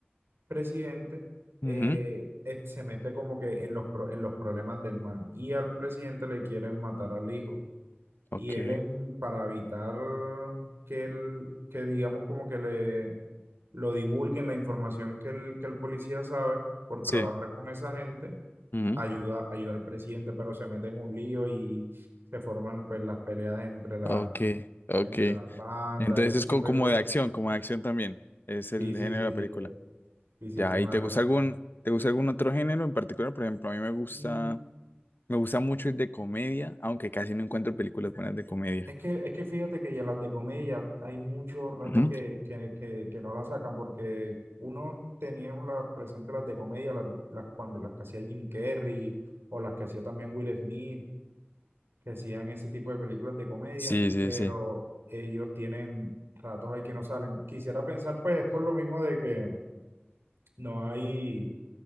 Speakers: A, on the right (about 80°); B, on the left (about 60°).
A: presidente,
B: Ujú.
A: eh, eh, se mete como que en los, pro- en los problemas del man y al presidente le quieren matar al hijo.
B: Ok.
A: y él en- para evitar que él, que digamos como que le lo divulguen la información que el, que el policía sabe por
B: Sí.
A: trabajar con esa gente,
B: Ujú.
A: ayuda, ayuda al presidente, pero se mete en un lío y se forman pues las peleas entre la,
B: Ok, ok.
A: entre las bandas
B: Entonces
A: y ese
B: es
A: tipo
B: co- como
A: de cosas.
B: de acción, como de acción también. Es el
A: Sí, sí,
B: género
A: sí,
B: de la
A: sí,
B: película.
A: sí sí,
B: Ya,
A: es una,
B: ¿y te
A: es
B: gusta algún, te gusta algún otro género en particular? Por ejemplo, a mí me gusta,
A: un-
B: me gusta mucho el de comedia, aunque casi no encuentro películas buenas de comedia.
A: Es que, es que fíjate que ya las de comedia hay mucho rato
B: Ujú.
A: que, que, que, que no las sacan porque uno teníamos las presentes las de comedia, las, las, cuando las que hacía Jim Carrey o las que hacía también Will Smith, que hacían ese tipo de películas de comedia,
B: Sí, sí,
A: pero
B: sí.
A: ellos tienen ratos ahí que no salen. Quisiera pensar pues es por lo mismo de que no hay,